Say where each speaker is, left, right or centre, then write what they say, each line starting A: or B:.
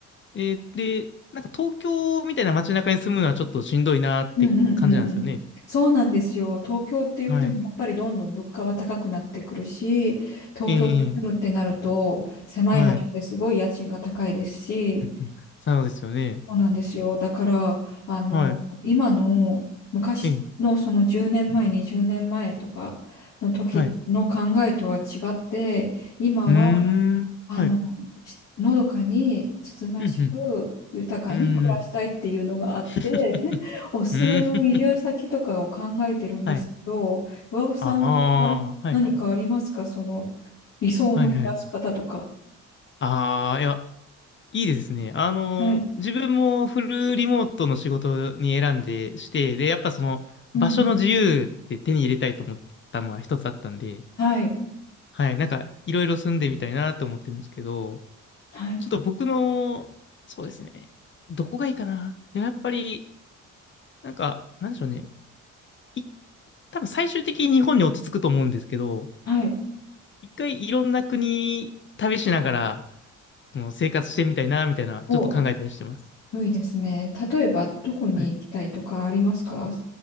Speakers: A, on the left; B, on the left.
A: えーで、なんか東京みたいな街中に住むのはちょっとしんどいなって感じなんですよね。
B: うんうんうんうん。そうなんですよ。東京って言っても、
A: はい。
B: やっぱりどんどん物価は高くなってくるし、東京で住むってなると、
A: ええええ
B: 狭い場所ですごい家賃が高いですし、
A: はい。<laughs> そうですよね。
B: そうなんですよ。だから、あの、
A: はい。
B: 今の昔のその10年前、
A: ええ
B: 20年前とかの時の考えとは違って、
A: はい。
B: 今は
A: うーん。
B: あの、
A: はい。
B: しのどかにつつましく豊かに暮らしたいっていうのがあって、
A: うん、うん。うーん。<laughs>
B: <laughs> おすすめの移住先とかを考えてるんですけど、
A: うーん。はい。
B: 岩尾さんはは何い。
A: ああ、はい。
B: かありますかその理想の暮らし方とか。
A: はい、はい。ああ、いや。いいですね。あの、
B: はい。
A: 自分もフルリモートの仕事に選んでして、で、やっぱその場所の自由って手に入れたいと思ったのは一つあったんで、
B: うん。はい。
A: はい、なんかいろいろ住んでみたいなと思ってるんですけど、
B: はい。
A: ちょっと僕の、そうですね、どこがいいかな。でもやっぱり、なんか、なんでしょうね。い、多分最終的に日本に落ち着くと思うんですけど、
B: はい。
A: 一回いろんな国旅しながら、その生活してみたいな、みたいな、
B: お、
A: ちょっと考えたりしてます。
B: 良いですね。例えば、どこに行きたいとかありますか
A: はい